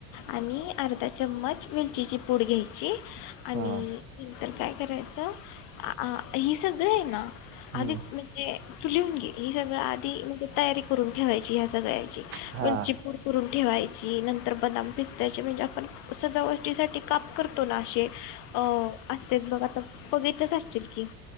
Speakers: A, on the left; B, on the right.
A: आणि अर्धा चम्मच वेलचीची पूड घ्यायची आणि
B: हां.
A: <unintelligible> तर काय करायचं आ ही सगळं हाय ना
B: हं.
A: आधीच म्हजे तू लिहून घे, ही सगळं आधी म्हजे तयारी करून ठेवायची ह्या सगळ्याची,
B: हां.
A: वेलचिपूड करून ठेवायची, नंतर बदाम पिस्तायची म्हणजे आपण सजावटीसाठी काप करतो ना अशे अ असत्यात बघ आता, बघितलच असशील की